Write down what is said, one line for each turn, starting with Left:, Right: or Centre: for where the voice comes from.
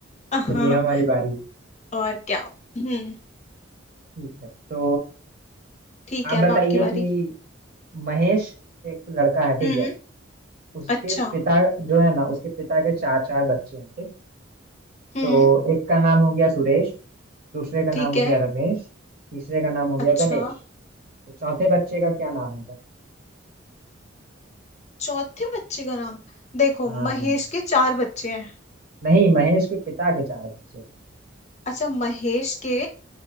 Left: हाँ,
Right: चलिए हमारी बारी
Left: और क्या हम्म
Right: ठीक है तो
Left: ठीक
Right: आप
Left: है
Right: बताइए
Left: अब आपकी बारी
Right: कि महेश एक लड़का है ठीक
Left: हम्म
Right: है उसके
Left: अच्छा
Right: पिता जो है ना उसके पिता के चार चार बच्चे हैं ठीक
Left: हम्म
Right: तो एक का नाम हो गया सुरेश दूसरे का
Left: ठीक
Right: नाम हो
Left: है
Right: गया रमेश तीसरे का नाम हो गया
Left: अच्छा
Right: गणेश तो चौथे बच्चे का क्या नाम होगा
Left: चौथे बच्चे का नाम देखो
Right: हाँ
Left: महेश के चार बच्चे हैं
Right: नहीं महेश के पिता के चार बच्चे
Left: अच्छा महेश के